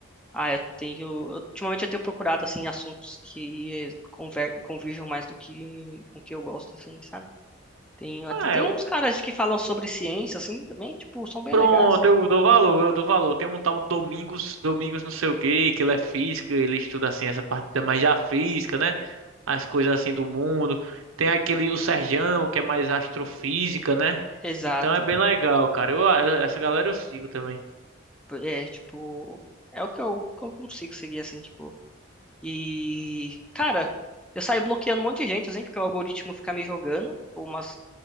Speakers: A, in the centre; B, on the right.
A: ah, eu tenho, ultimamente eu tenho procurado assim assuntos que conver, convirjam mais do que com o que eu gosto assim, sabe? Tem até
B: ah,
A: tem uns caras que falam sobre ciência assim também, tipo, são bem
B: Pronto,
A: legais.
B: eu dou valor, eu dou valor. Tem um tal Domingos, Domingos não sei o quê, que ele é física, ele estuda assim essa parte da- mais da física, né? As coisas assim do mundo. Tem aquele, o Serjão, que é mais astrofísica, né?
A: Exato.
B: Então é bem legal, cara. Eu, eu- essa galera eu sigo também.
A: É, tipo, é o que eu, que eu consigo seguir assim, tipo. E cara, eu saio bloqueando um monte de gente assim porque o algoritmo fica me jogando por umas